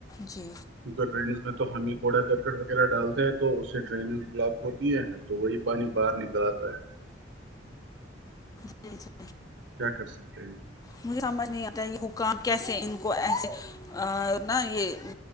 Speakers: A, on the left; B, on the right.
A: جی
B: کیونکہ ڈرینیز میں تو ہم ہی کوڑا کرکٹ وغیرہ ڈالتے ہیں تو اس سے ڈرینیز بلاک ہوتی ہے تو وہی پانی باہر نکل آتا ہے
A: جی جی
B: کیا کر سکتے ہیں
A: مجھے سمجھ نہیں آتا یہ حکام کیسے ان کو ایسے اور ن یہ